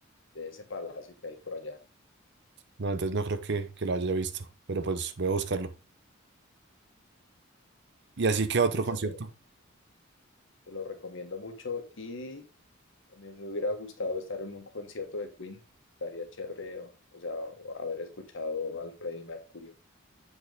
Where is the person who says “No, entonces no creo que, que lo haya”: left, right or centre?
Right